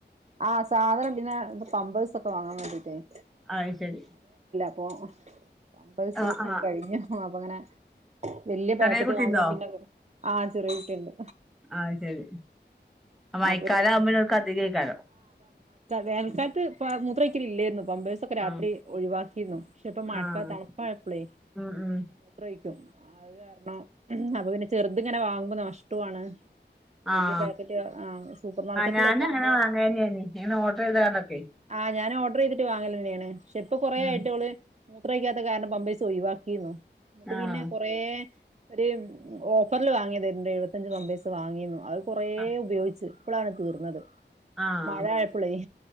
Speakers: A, on the right; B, in the centre.
A: ആഹ് സാധന പിന്നെ പമ്പേഴ്സ് ഒക്കൊ വാങ്ങാൻ വേണ്ടയിട്ട് പ
B: ആ ശരി
A: അപ്പോ പാമ്പേഴ്സ്
B: ആഹ് ആഹ്
A: കഴിഞ്ഞു ഹ ഹാ അപ്പൊ അപ്പൊ അങ്ങനെ വലിയ
B: ചെറിയ
A: പാക്കറ്റ്
B: കുട്ടിണ്ടോ
A: വാങ്ങിയാ പിന്നെ ആഹ ചെറയിട്ടുണ്ട്
B: ആഹ ശരി ആ മയക്കാലോ
A: അപ്പൊ
B: അമ്മനക്കത്തിക്കാലോ
A: വേണകാലത്തു മൂത്രവോഴികളു ഇല്ലായിരുന്നു പംബേഴ്സൊക്കെ രാത്രി
B: ആഹ്
A: ഒഴിവാക്കിരുന്നു പക്ഷെ ഇപ്പൊ മഴക്കാല
B: ആഹ്
A: തണുപ്പഴപ്പളേ
B: ഉം ഉം
A: മൂത്രഴിക്കും അത് കാരണം അപ്പൊ പിന്നെ ചെറുത് ഇങ്ങനെ വാങ്ങുമ്പോ നഷ്ടമാണ് വലിയ
B: ആഹ്
A: പാക്കറ്റ് ആ സൂപ്പർ മാർക്കറ്റിലൊക്കെ
B: ആഹ് ഞാനും
A: ആവുമ്പോ
B: അങ്ങനെ വാങ്ങേന്നേനി ഇങ്ങനെ ഓർഡർ
A: ആ
B: ചെയ്താണ്ടൊക്കെ
A: ആ ഞൻ ഓ ചെയ്തി് വാങ്ങല തന്നെയാണ് പക്ഷെ ഇപ്പൊ കൊറേ
B: ഉം
A: ആായിട്ട് അവള് മൂത്രയ്ക്കാത്ത കാരണം പമ്പേ സോയിവാക്കിന്നു ഇത്
B: ആഹ്
A: പിന്നെ കൊറ ഒരു ഓഫറിൽ വാങ്ങിയ തരുന്നുണ്ട് എഴുപത്തഞ്ച് പമ്പേസ് വാങ്ങിു കുറേ
B: ആഹ്
A: ഉപയോഗിച്ച് ഇപ്പോഴാണ് തീർന്നത്
B: ആഹ്
A: മഴ ആയപ്പോളായി